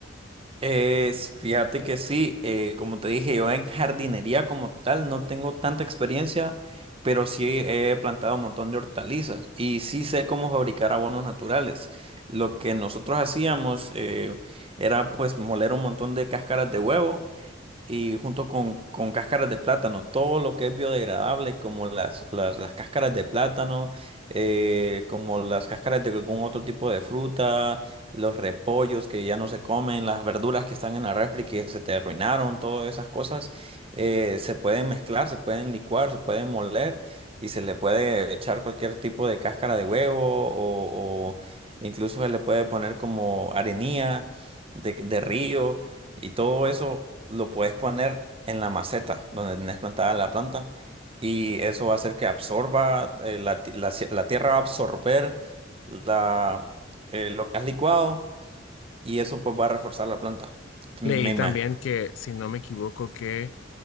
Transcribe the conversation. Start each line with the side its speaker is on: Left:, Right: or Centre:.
Right: Es- fíjate que sí, eh, como te dije, yo en jardinería como tal no tengo tanta experiencia, pero sí he plantado un montón de hortalizas y sí sé cómo fabricar abonos naturales. Lo que nosotros hacíamos eh, era pues moler un montón de cáscaras de huevo y junto con, con cáscaras de plátano, todo lo que es biodegradable, como las, las, las cáscaras de plátano, eh, como las cáscaras de algún otro tipo de fruta, los repollos que ya no se comen, las verduras que están en la refri que se te arruinaron, todas esas cosas, eh, se pueden mezclar, se pueden licuar, se pueden moler y se le puede echar cualquier tipo de cáscara de huevo o, o incluso se le puede poner como arenilla de de río. Y todo eso lo puedes poner en la maceta donde tenés plantada la planta y eso va a hacer que absorba, eh, la, ti- la sie- la tierra va a absorber la, eh, lo que has licuado y eso pues va a reforzar la planta. Me
Left: Leí también
Right: me
Left: que, si no me equivoco, que